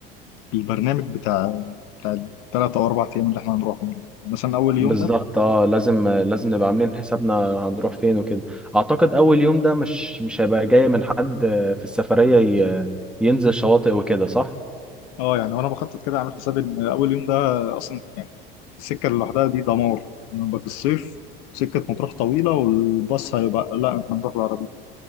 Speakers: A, on the left; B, in the centre.
A: البرنامج بتاع بتاع الثلاث أو أربع أيام اللي احنا هنروحهم دول. يعني مثلا أول
B: بالظبط
A: يوم ده
B: اه لازم لازم نبقى عاملين حسابنا هنروح فين وكده اعتقد اول يوم ده مش مش هيبقى جاي من حد آه، في السفرية ي- ينزل شواطئ وكده صح؟
A: اه يعني وانا بخطط كده اعمل حسابي ان اول يوم ده اصلا يعني السكه اللي لوحدها دي دمار نبقى في الصيف سكه مطروح طويله والباص هيبقى لا احنا نروح بالعربيه